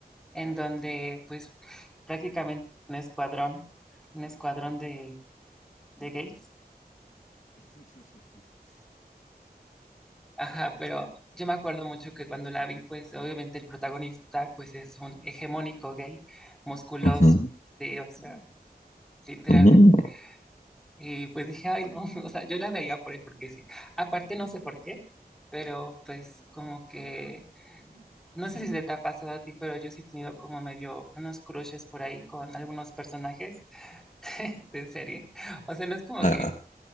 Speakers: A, in the centre; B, on the left.
A: en donde pues prácticamente un escuadrón, un escuadrón de, de gays. Ajá, pero yo me acuerdo mucho que cuando la vi, pues obviamente el protagonista pues es un hegemónico gay, musculoso,
B: Ujú.
A: sí, o sea, literalmente.
B: Ujú.
A: Y pues dije, ay, no, <laughs> o sea, yo la veía por él porque sí. Aparte, no sé por qué, pero pues como que, no sé si se te ha pasado a ti, pero yo sí he tenido como medio unos crushes por ahí con algunos personajes <laughs> de serie. O sea, no es como
B: Ah,
A: que,